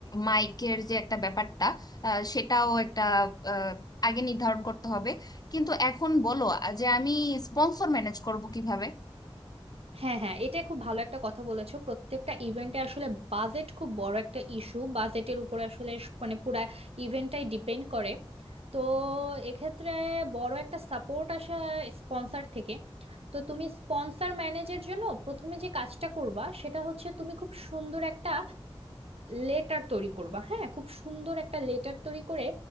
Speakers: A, on the left; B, on the right.
A: মাইকের যে একটা ব্যাপারটা আহ, সেটাও একটা আহ, আগে নির্ধারণ করতে হবে কিন্তু এখন বলো আহ, যে আমি স্পন্সর ম্যানেজ করব কিভাবে
B: হ্যাঁ হ্যাঁ এটা খুব ভালো একটা কথা বলেছো প্রত্যেকটা ইভেন্টে আসলে বাজেট খুব বড় একটা ইস্যু বাজেটের উপরে আসলে স- মানে পুরা ইভেন্টটাই ডিপেন্ড করে তো এক্ষেত্রে বড় একটা সাপোর্ট আসে স্পন্সর থেকে তো তুমি স্পন্সর ম্যানেজের জন্য প্রথমে যে কাজটা করবা সেটা হচ্ছে তুমি খুব সুন্দর একটা লেটার তৈরি করবা হ্যাঁ খুব সুন্দর একটা লেটার তৈরি করে